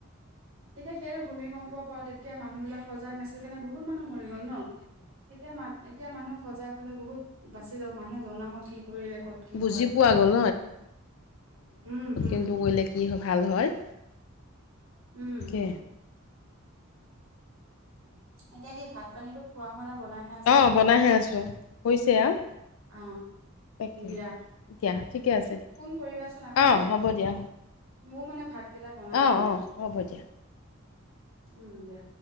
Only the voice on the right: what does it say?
এতিয়া সেই ভূমিকম্পৰ পৰা তেতিয়া মানুহ বিলাক সজাগ নাছিল কাৰণে বহুত মানুহ মৰি গ'ল ন তেতিয়া মান এতিয়া মানুহ সজাগ হলে বহুত বাচি যাব মানুহে জনা হ'ল কি কৰিলে ক'ত কি
হয়
উম উম
উম
এতিয়া কি ভাত পানীতো খোৱা হোৱা নাই- বনাইহে আছা
অঁ।
দিয়া
ফোন কৰিবাচোন আকৌ
দেই।
ময়ও মানে ভাতকেইটা বনাই
লওঁ
উম দিয়া।